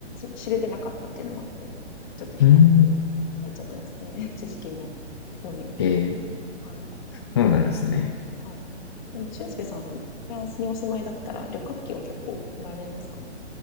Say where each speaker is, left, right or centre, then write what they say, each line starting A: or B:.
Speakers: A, on the left (about 40°); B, on the left (about 25°).
A: 知れてなかったっていうのもあって、ちょっと飛行機に
B: うん、
A: 語れちゃってますね。<laughs> 知識も興味も。
B: ええ
A: はい。
B: そうなんですね。
A: はい。でも、俊介さんはフランスにお住まいだったら旅客機は結構乗られますか